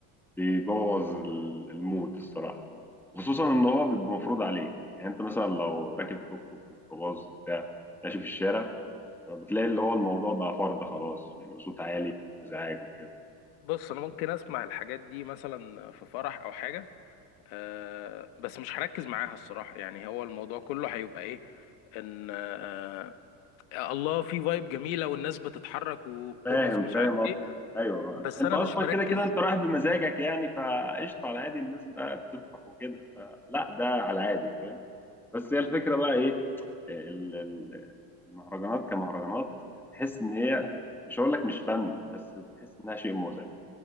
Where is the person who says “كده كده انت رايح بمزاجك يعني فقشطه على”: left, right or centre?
Centre